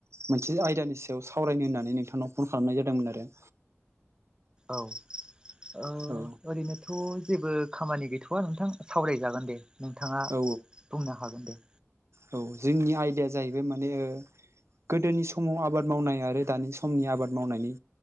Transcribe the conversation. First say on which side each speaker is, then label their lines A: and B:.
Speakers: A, on the right (about 65°); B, on the right (about 20°).
A: मोनसे आयदानि सायाव सावरायनो होननानै नोंथांनाव फन खालामनाय जादोंमोन आरो
B: औ ओ ओरैनो
A: औ
B: थ' जेबो खामानि गैथ'वा नोंथां सावरायजागोन दे नोंथाङा
A: औ
B: बुंनो हागोन दे
A: औ जोंनि आयदाया जाहैबाय माने गोदोनि समाव आबाद मावनाय आरो दानि समनि आबाद मावनायनि